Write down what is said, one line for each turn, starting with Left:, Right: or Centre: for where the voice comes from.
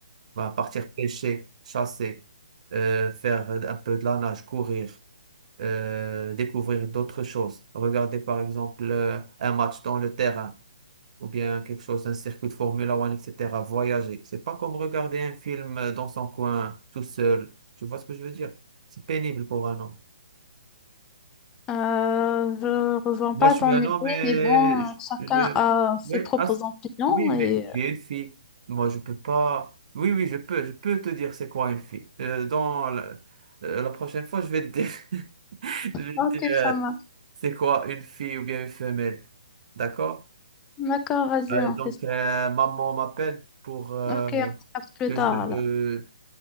Right: Bah, partir pêcher, chasser, euh, faire un peu de la nage, courir, euh, découvrir d'autres choses. Regarder par exemple euh, un match dans le terrain ou bien quelque chose, un circuit de Formule One, etc. Voyager. C'est pas comme regarder un film euh, dans son coin, tout seul. Tu vois ce que je veux dire? C'est pénible pour un homme.
Left: Euh, je rejoins
Right: Moi,
Left: pas
Right: je
Left: ton
Right: suis un
Left: idée,
Right: homme et
Left: mais bon, euh,
Right: je...
Left: chacun
Right: je-
Left: a ses
Right: Oui,
Left: propres
Right: ah, c-
Left: opinions
Right: oui,
Left: et...
Right: mais tu
Left: euh,
Right: es une fille. Moi, je peux pas... Oui, oui, je peux. Je peux te dire c'est quoi une fille. Euh, dans la... euh, la prochaine fois, je vais te dire, <laughs> je vais
Left: Ok,
Right: te dire euh,
Left: ça marche.
Right: c'est quoi une fille ou bien une femelle. D'accord?
Left: D'accord, vas-y,
Right: Allez,
Left: on
Right: donc,
Left: fait ça.
Right: euh, maman m'appelle pour... euh,
Left: Ok, on se capte plus
Right: que
Left: tard
Right: je,
Left: alors.